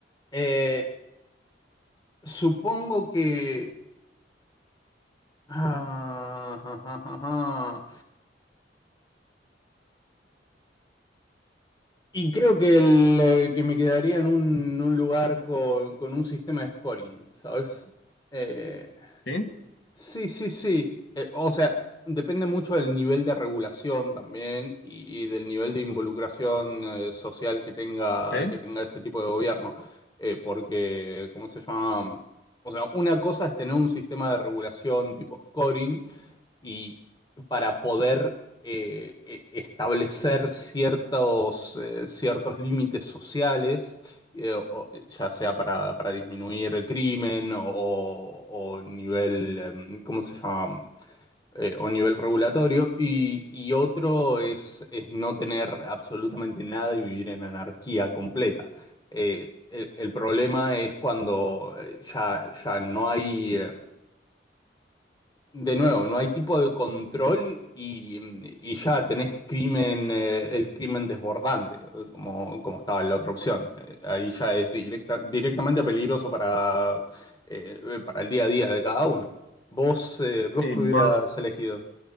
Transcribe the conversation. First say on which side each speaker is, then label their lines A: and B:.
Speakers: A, on the left; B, on the left.
A: Eh, supongo que... Ah, ah, ah, ah, ah. Y creo que, el, eh, que me quedaría en un, un lugar con, con un sistema de scoring, ¿sabes? Eh,
B: ¿Sí?
A: sí, sí, sí. Eh, o sea, depende mucho del nivel de regulación también y, y del nivel de involucración eh, social que tenga,
B: ¿Sí?
A: que tenga ese tipo de gobierno. Eh, porque, ¿cómo se llama? O sea, una cosa es tener un sistema de regulación tipo scoring y para poder eh, e- establecer ciertos, eh, ciertos límites sociales, eh, o- ya sea para, para disminuir el crimen o, o- o nivel, em, ¿cómo se llama? eh, o nivel regulatorio, y, y otro es, es no tener absolutamente nada y vivir en anarquía completa. Eh, el, el problema es cuando eh, ya, ya no hay, eh, de nuevo, no hay tipo de control y, y ya tenés crimen, eh, el crimen desbordante, eh, como, como estaba en la otra opción. Eh, ahí ya es directa, directamente peligroso para, eh, eh, para el día a día de cada uno. Vos, eh, vos
B: Sí,
A: que
B: bueno,
A: hubieras
B: no.
A: elegido,